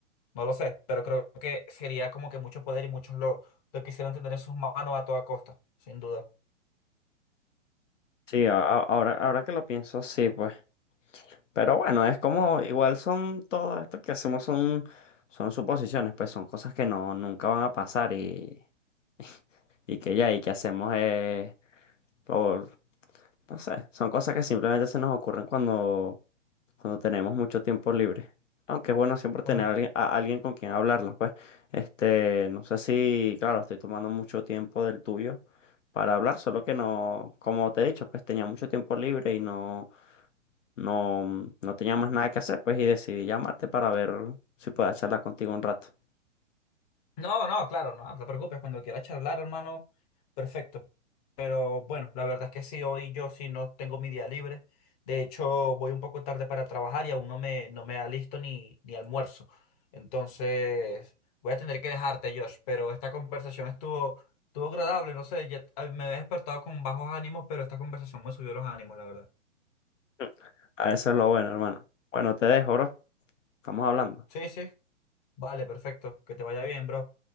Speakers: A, on the left (about 30°); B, on the left (about 75°).
A: No lo sé, pero creo que sería como que mucho poder y muchos lo, lo quisieran tener en sus manos a toda costa, sin duda.
B: Sí, a- a- ahora, ahora que lo pienso, sí, pues. Pero bueno, es como, igual son todo esto que hacemos son, son suposiciones, pues son cosas que no, nunca van a pasar y, <laughs> y que ya, y que hacemos es por, no sé, son cosas que simplemente se nos ocurren cuando, cuando tenemos mucho tiempo libre. Aunque es bueno siempre tener
A: Cuando...
B: a alguien, a alguien con quien hablarlas, pues. Este, no sé si, claro, estoy tomando mucho tiempo del tuyo para hablar, solo que no, como te he dicho, pues tenía mucho tiempo libre y no, no, no tenía más nada que hacer, pues y decidí llamarte para ver si puedo charlar contigo un rato.
A: No, no, claro, no, no te preocupes, cuando quieras charlar, hermano, perfecto. Pero bueno, la verdad es que sí, hoy yo sí no tengo mi día libre. De hecho, voy un poco tarde para trabajar y aún no me, no me alisto ni, ni almuerzo. Entonces, voy a tener que dejarte, Josh, pero esta conversación estuvo, estuvo agradable, no sé, ya- a- me he despertado con bajos ánimos, pero esta conversación me subió los ánimos, la verdad.
B: <laughs> A eso es lo bueno, hermano. Bueno, te dejo, bro. Estamos hablando.
A: Sí, sí. Vale, perfecto. Que te vaya bien, bro.